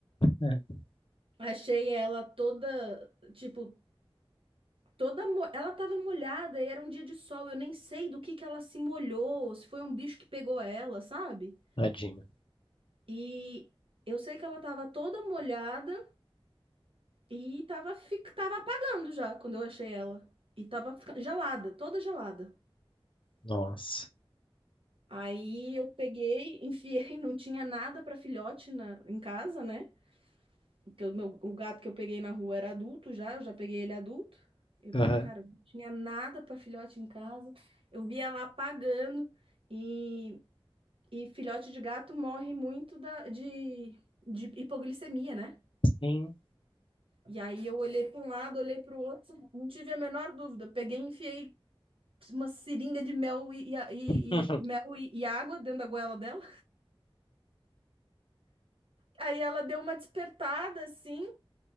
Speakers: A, on the left; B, on the right.
A: É.
B: Achei ela toda, tipo, toda. mo- Ela tava molhada e era um dia de sol. Eu nem sei do que que ela se molhou, se foi um bicho que pegou ela, sabe?
A: Tadinho.
B: E eu sei que ela tava toda molhada e tava, fi- tava apagando já quando eu achei ela. E tava fica- gelada, toda gelada.
A: Nossa.
B: Aí eu peguei, enfiei, <laughs> não tinha nada para filhote na... em casa, né? Porque o meu, o gato que eu peguei na rua era adulto já, eu já peguei ele adulto. Eu,
A: Aham.
B: cara, não tinha nada para filhote em casa. Eu via lá pagando e, e filhote de gato morre muito da, de, de hipoglicemia, né?
A: Sim.
B: E aí eu olhei para um lado, olhei para o outro, não tive a menor dúvida. Peguei, e enfiei uma seringa de mel e, e, e-
A: <laughs>
B: e- mel e, e água dentro da goela dela. Aí ela deu uma despertada assim.